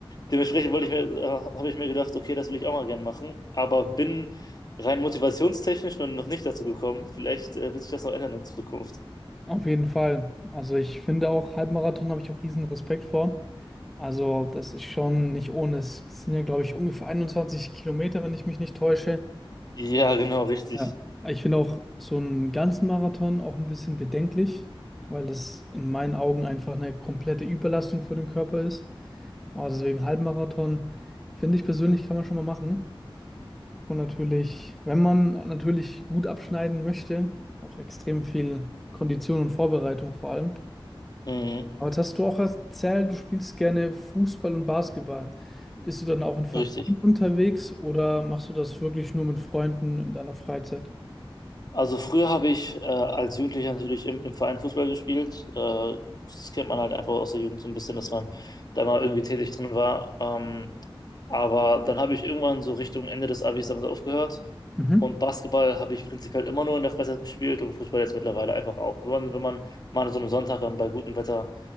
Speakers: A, on the left; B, in the centre.
A: Dementsprechend wollte ich mir, äh, habe ich mir gedacht, okay, das will ich auch mal gern machen, aber bin rein motivationstechnisch noch noch nicht dazu gekommen. Vielleicht, äh, wird sich das noch ändern in Zukunft.
B: Auf jeden Fall. Also ich finde auch Halbmarathon habe ich auch riesen Respekt vor. Also das ist schon nicht ohne. Es sind ja, glaube ich, ungefähr 21 Kilometer, wenn ich mich nicht täusche.
A: Ja, genau, richtig.
B: Ja, ich finde auch so einen ganzen Marathon auch ein bisschen bedenklich, weil das in meinen Augen einfach eine komplette Überlastung für den Körper ist. Aber deswegen Halbmarathon, finde ich persönlich, kann man schon mal machen. Braucht man natürlich, wenn man natürlich gut abschneiden möchte, auch extrem viel Kondition und Vorbereitung vor allem.
A: Mhm,
B: Aber jetzt hast du auch erzählt, du spielst gerne Fußball und Basketball. Bist du dann auch in Vereinen
A: richtig.
B: unterwegs oder machst du das wirklich nur mit Freunden in deiner Freizeit?
A: Also früher habe ich äh, als Jugendlicher natürlich im, im Verein Fußball gespielt. Äh, das kennt man halt einfach aus der Jugend so ein bisschen, dass man da mal irgendwie tätig drin war. Ähm, aber dann habe ich irgendwann so Richtung Ende des Abis damit aufgehört.
B: Mhm.
A: Und Basketball habe ich prinzipiell immer nur in der Freizeit gespielt und Fußball jetzt mittlerweile einfach auch. Wenn man, wenn man mal an so einem Sonntag dann bei gutem Wetter